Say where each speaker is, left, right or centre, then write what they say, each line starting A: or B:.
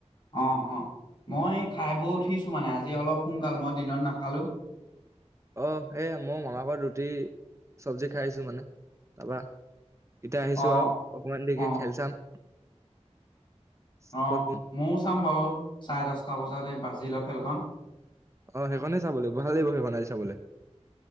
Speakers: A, on the left; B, on the right.
A: অ' অ'। মই খাই বৈ উঠিছো মানে আজি অলপ সোনকাল মই দিনত নাখালোঁ।
B: অ' সেই মই মামাৰ ঘৰত ৰুটি চব্জি খাই আহিছো মানে তাৰপা। এতিয়া আহিছো
A: অ'
B: আৰু অকমান দেৰিকৈ
A: অ'।
B: খেল চাম। তাৰপৰা
A: অ'
B: শুম।
A: ময়ো চাম বাৰু চাৰে দচটা বজাত এই ব্ৰাজিলৰ খেলখন।
B: আহ সেইখনে চাব লাগিব ভাল লাগিব সেইখন আজি চাবলৈ।